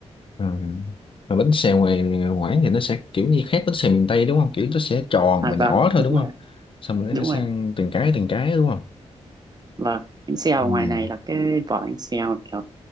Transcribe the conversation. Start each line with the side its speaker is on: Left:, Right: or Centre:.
Left: Ừ. Mà bánh xèo ngoài ngoải thì nó sẽ kiểu như khác bánh xèo miền Tây đúng không? Kiểu nó sẽ tròn
Right: à
Left: và nhỏ
Right: vâng
Left: thôi
Right: đúng
Left: đúng
Right: rồi
Left: không?
Right: ạ.
Left: Xong rồi
Right: đúng
Left: nó sang
Right: rồi
Left: từng cái từng cái đúng không?
Right: Vâng, bánh xèo
Left: Ừ.
Right: ngoài này là cái vỏ bánh xèo kiểu